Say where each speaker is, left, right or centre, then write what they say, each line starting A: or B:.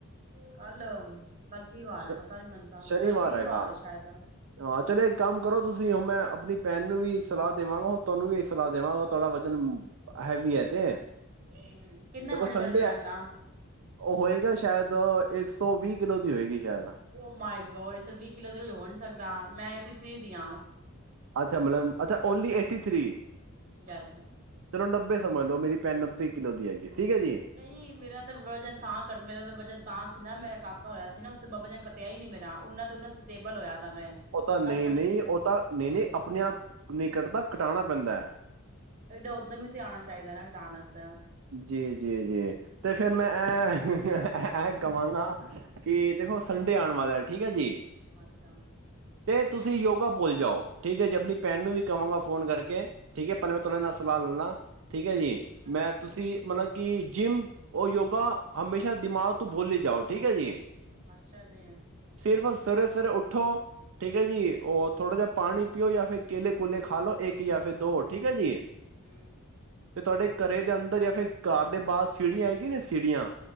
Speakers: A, on the right; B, on the right.
A: ਕੱਲ ਕੱਲ ਕੀ ਵਾਰ
B: ਸ਼
A: ਹੈ ਪਤਾ ਨੀ ਮਿਨ ਤਾਂ
B: ਸ਼ਨੀਵਾਰ
A: ਕੱਲ ਵੀਰਵਾਰ
B: ਹੈਗਾ।
A: ਸ਼ਾਇਦ
B: ਹਾਂ ਚਲੋ ਇੱਕ ਕੰਮ ਕਰੋ ਤੁਸੀਂ ਹੁ ਮੈਂ ਆਪਣੀ ਭੈਣ ਨੂੰ ਵੀ ਇੱਕ ਸਲਾਹ ਦੇਵਾਂਗਾ ਤੁਹਾਨੂੰ ਵੀ ਇੱਕ ਸਲਾਹ ਦੇਵਾਂਗਾ ਤੁਹਾਡਾ ਵਜ਼ਨ ਹੈਵੀ ਹੈ ਤੇ
A: ਹਮ ਕਿੰਨਾ
B: ਦੇਖੋ
A: ਵਜਨ
B: ਸੰਡੇ
A: ਤੁਹਾਡੀ ਭੈਣ
B: ਹੈ
A: ਦਾ
B: ਉਹ ਹੋਏਗਾ ਸ਼ਾਇਦ ਇੱਕ ਸੌ ਵੀਹ ਕਿਲੋ ਦੀ ਹੋਏਗੀ ਸ਼ਾਇਦ।
A: ਉਹ ਮਾਇਗੋਡ ਏਕ ਸੋ ਵੀਹ ਕਿੱਲੋ ਦੇ ਵਿੱ ਹੋ ਨਹੀਂ ਸਕਦਾ ਮੈਂ ਏਟੀ ਥ੍ਰਰੀ ਦੀਆਂ
B: ਅੱਛਾ ਮਤਲਬ ਅੱਛਾ ਓਨਲੀ ਏਟੀ ਥ੍ਰੀ
A: ਬੱਸ
B: ਚਲੋ ਨੱਬੇ ਸਮਾਝ ਲਓ ਮੇਰੀ ਭੈਣ ਨੱਬੇ ਕਿੱਲੋ ਦੀ ਹੈਗੀ ਠੀਕ ਹੈ ਜੀ।
A: ਨਹੀਂ ਮੇਰਾ ਤਾਂ ਵਜਨ ਤਾਂ ਕਰ ਮੇਰਾ ਤਾਂ ਵਜਨ ਤਾਂ ਸੀ ਨਾ ਮੇਰਾ ਕਾਕਾ ਹੋਇਆ ਸੀ ਨਾ ਵਜਨ ਘਟਿਆ ਹੀ ਨੀ ਮੇਰਾ ਉਹਨਾ ਤੇ ਉਹਨਾ ਸਟੇਬਲ ਹੋਇਆ ਦਾ ਮੈਂ
B: ਉਹ ਤਾਂ ਨਹੀਂ
A: ਨਾ ਥੱਲੇ
B: ਨਹੀਂ ਉਹ ਤਾਂ ਨਹੀਂ ਨਹੀਂ ਆਪਣੇ ਆਪ ਨਹੀਂ ਕੱਢਦਾ ਘਟਾਉਣਾ ਪੈਂਦਾ ਹੈ
A: ਏਡਾ ਉੱਦਮ ਹੀ ਤੇ ਆਣਾ ਚਾਹੀਦਾ ਨਾ ਕਟਾਣ ਵਾਸਤੇ
B: ਜੀ ਜੀ ਜੀ ਤੇ ਫੇਿਰ ਮੈਂ ਇਹ ਇਹ ਕਵਾਂਗਾ ਕਿ ਦੇਖੋ ਸੰਡੇ ਆਉਣ ਵਾਲਾ ਠੀਕ ਹੈ ਜੀ
A: ਅੱਛਾ
B: ਤੇ ਤੁਸੀਂ ਯੋਗ ਭੁੱਲ ਜਾਓ ਠੀਕ ਐ ਜੇ ਆਪਣੀ ਭੈਣ ਨੂੰ ਵੀ ਕਹਾਂਗਾ ਫੋਨ ਕਰਕੇ ਠੀਕ ਐ, ਪਹਿਲਾਂ ਮੈਂ ਤੁਆਡੇ ਨਾਲ ਸਲਾਹ ਲਲਾਂ। ਠੀਕ ਹੈ ਜੀ
A: ਅੱਛਾ
B: ਮੈਂ
A: ਅੱਛਾ
B: ਅਸੀਂ ਮਤਲਬ ਕੀ ਜਿੰਮ ਔ ਯੋਗਾ ਹਮੇਸ਼ਾ ਦਿਮਾਗ ਤੋਂ ਭੂਲਈ ਜਾਓ ਠੀਕ ਐ ਜੀ।
A: ਅੱਛਾ ਜੀ।
B: ਸਿਰਫ ਸਵੇਰੇ ਸਵੇਰੇ ਉੱਠੋ ਠੀਕ ਐ ਜੀ ਉਹ ਥੋੜਾ ਜਿਹਾ ਪਾਣੀ ਪੀਓ ਜਾਂ ਫਿਰ ਕੇਲੇ ਕੂਲੇ ਖਾ ਲੋ ਇੱਕ ਜਾਂ ਫਿਰ ਦੋ ਠੀਕ ਹੈ ਜੀ।
A: ਹਂ
B: ਤੇ ਤੁਆਡੇ ਘਰੇ ਦੇ ਅੰਦਰ ਜਾਂ ਫੇਰ ਘਰ ਦੇ ਬਾਹਰ ਸੀੜੀਆਂ ਹੈਗੀਆਂ ਨੇ ਸੀੜੀਆਂ